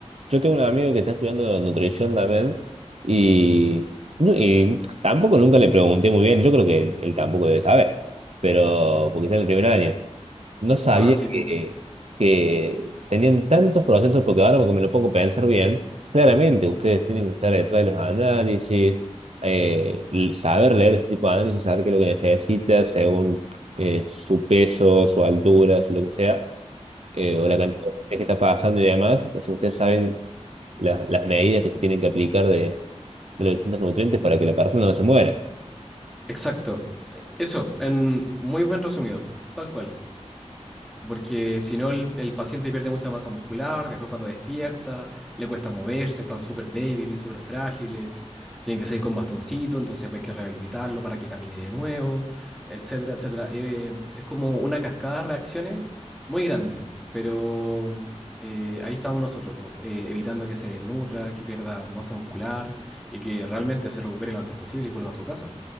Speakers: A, on the right; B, in the centre.
A: yo tengo un amigo que está estudiando nutrición también y, no- y tampoco nunca le pregunté muy bien, yo creo que él, él tampoco debe saber, pero porque está en el primer año. No sabía
B: Ah, sí,
A: que,
B: pues.
A: que tenían tantos procesos, porque ahora porque me lo pongo a pensar bien, claramente ustedes tienen que estar detrás de los análisis, eh, l- saber leer ese tipo de análisis, saber qué es lo que necesitas según eh, su peso, su altura, su lo que sea eh, o la cantidad de que está pasando y demás, entonces ustedes saben la- las medidas que se tienen que aplicar de, de los distintos nutrientes para que la persona no se muera.
B: Exacto. Eh, Eso, en muy buen resumido. Tal cual. Porque si no, el, el paciente pierde mucha masa muscular, después cuando despierta, le cuesta moverse, están súper débiles, súper frágiles, tienen que seguir con bastoncito, entonces pues, hay que rehabilitarlo para que camine de nuevo, etcétera, etcétera. Eh, es como una cascada de reacciones muy grande, pero eh, ahí estamos nosotros, pues, eh, evitando que se desnutra, que pierda masa muscular y que realmente se recupere lo antes posible y vuelva a su casa.